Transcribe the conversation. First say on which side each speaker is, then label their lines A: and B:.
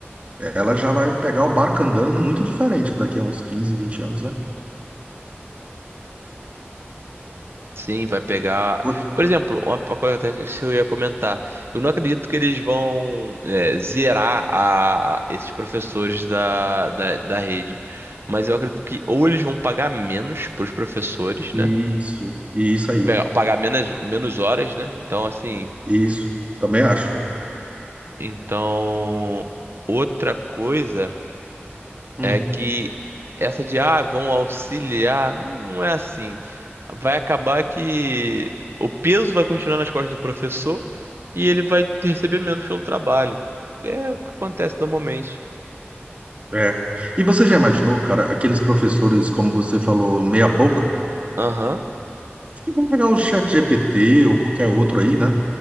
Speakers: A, on the right; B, on the right.
A: Ela já vai pegar o barco andando muito diferente daqui a uns 15, vinte anos, né?
B: Sim, vai pegar.
A: Oi.
B: Por exemplo, uma uma coisa até que eu ia comentar. Eu não acredito que eles vão é, zerar a, a- esses professores da, da, da rede. Mas eu acredito que ou eles vão pagar menos para os professores, né?
A: Isso, isso aí,
B: Pegar- Pagar menos, menos horas, né? Então, assim.
A: isso, também acho.
B: Então, outra coisa
A: Hum,
B: é que essa de ah, vão auxiliar, não é assim. Vai acabar que o peso vai continuar nas costas do professor. e ele vai receber menos pelo trabalho. É o que acontece normalmente.
A: é. E você já imaginou, cara, aqueles professores, como você falou, meia boca?
B: Aham,
A: Acho que vão pegar o chat GPT ou qualquer outro aí, né?